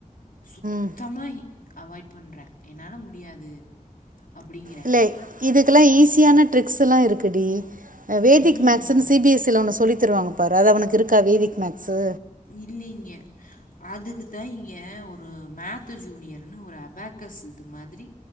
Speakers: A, on the left; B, on the right.
A: சுத்தமா
B: ம்
A: அவாய்ட் பண்றா என்னால முடியாது அப்படிங்கிறேன்.
B: இல்லே இதுக்கெல்லா ஈஸியான ட்ரிக்ஸ்ல்லா இருக்குடி வேதிக்
A: ம்.
B: மேக்ஸ்னு சி பி எஸ் சில ஒன்னு சொல்லி தருவாங்க பாரு அது உனக்கு இருக்கா வேதிக் மேக்ஸ்சு
A: இல்லீங்க அதுக்குதா எ ஒரு மேத்து ஜூனியர்ன்னு ஒரு அபேக்கஸ் இது மாதிரி